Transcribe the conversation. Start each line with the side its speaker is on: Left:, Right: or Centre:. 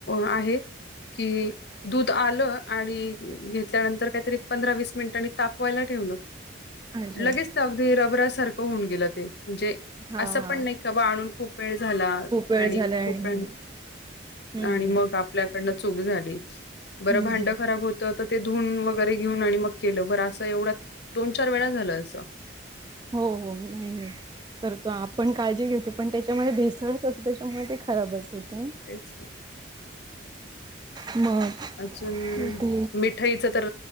Left: आहे की दूध आलं आणि घेतल्यानंतर काहीतरी पंधरा वीस मिनिटांनी तापवायला ठेवलं
Right: अच्छा
Left: लगेच अगदी रबरा सारखं होऊन गेलं ते म्हणजे
Right: हा हा
Left: असं पण नाही का बाबा आणून खूप वेळ झाला
Right: खूप वेळ
Left: आणि
Right: झाला
Left: खूप
Right: हम्म हम्म.
Left: आणि मग आपल्याकडनं चूक झाली बर
Right: हम्म
Left: भांड
Right: हम्म
Left: खराब होत. तर ते धुन वगैरे घेऊन आणि मग केलं बरं असं एवढ्या दोन चार वेळा झालं असं
Right: हो हो नाही करतो आपण काळजी घेतो पण त्याच्यामध्ये भेसळच असतो त्याच्यामुळे ते खराबच होतं ना
Left: तेच
Right: मग?
Left: अजून
Right: ते
Left: मिठाईच तर